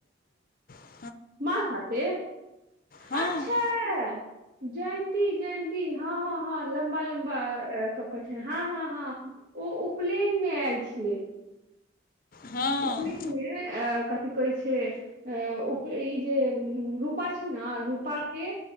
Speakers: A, on the left; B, on the right.
A: क <inaudible>
B: माँ साथे
A: हँ
B: अच्छा जयंती जयंती हँ हँ हँ लम्बा लम्बा कऽ के छै हँ हँ हँ ओ उपनयन मे आयल छलै
A: हँ
B: उपनयन मे कथी कहै छै उप ई जे रूपा छै ने रूपा के